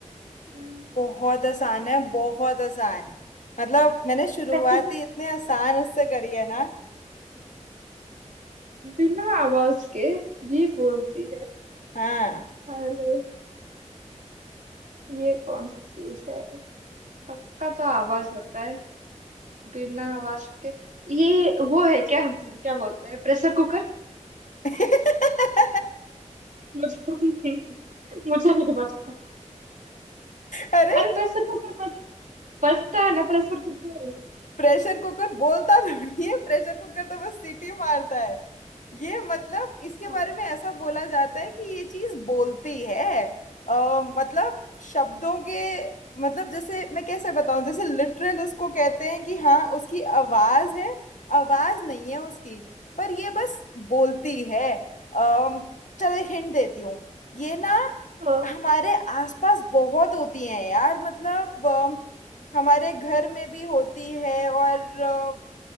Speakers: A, on the right; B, on the left.
A: हम्म,
B: बहुत आसान है बहुत आसान मतलब मैंने शुरुआत
A: ऐसे
B: ही इतने आसान उससे करी है ना
A: बिना आवाज के भी बोलती है
B: हाँ
A: अरे ये कौन सा चीज है सबका तो आवाज होता है बिना आवाज के ये वो है क्या क्या बोलते हैं प्रेशर कुकर
B: <laughs>
A: मुझे मुझे नहीं पता
B: अरे
A: अरे प्रेशर कुकर बस बजता है ना प्रेशर कुकर
B: प्रेशर कुकर बोलता <laughs> थोड़ी है प्रेशर कुकर तो बस सीटी मारता है ये मतलब इसके
A: हाँ,
B: बारे में ऐसा बोला जाता है कि ये चीज बोलती है अ, मतलब शब्दों के मतलब जैसे मैं कैसे बताऊं जैसे लिटरल उसको कहते हैं कि हाँ उसकी आवाज है आवाज नहीं है उसकी पर ये बस बोलती है अम, चलो हिंट देती हूँ ये ना
A: हाँ।
B: हमारे आसपास बहुत होती हैं यार मतलब हमारे घर में भी होती है और अ,